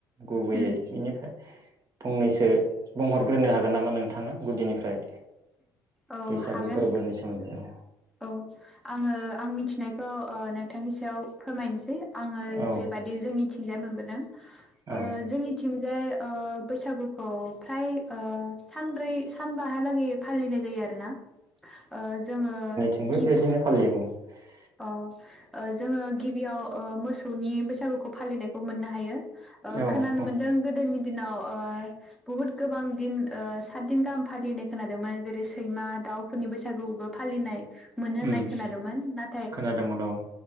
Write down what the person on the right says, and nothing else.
गुबैयै
बिनिफ्राय फंनैसो बुंहरग्रोनो हागो गोन नामा नोंथाङा गुदिनिफ्राय।
बैसागो
फोरबोनि सोमोन्दै अ।
औ
औ
जोंबो
बेदिनो फालियो ओं <unintelligible>
औ
औ
उम
खोनादोंमोन औ